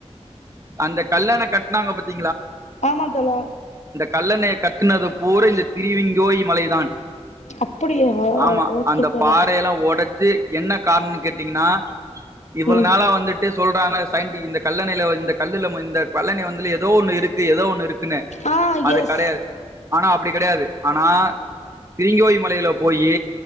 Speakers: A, on the right (about 25°); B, on the left (about 80°).
A: அந்த கல்லண கட்னாங்க பத்தி
B: ஆமா தோழா
A: கல்லணைய கட்டுனது பூரா இந்த திரிவிங்கோய் மலைதான்
B: அப்படியா
A: ஆமா
B: ஓகே
A: அந்த
B: தோழா
A: பாறயெல்லா ஒட சே என்ன காரணோன்னு கேட்டீங்கன்னா இவ்வளோ
B: ம்
A: நாளா வந்துட்டு சொல்றாங்கள சயின்டி இந்த கல்லணைல இந்த கல்லுல இந்த கல்லணய வந் இதுல ஏதோ ஒன்னு இருக்கு ஏதோ ஒன்னு இருக்குன்னு
B: ஆ
A: அது
B: எஸ்
A: கடையாது ஆனா அப்டி கிடையாது ஆனா திரிங்கோய் மலையில போயி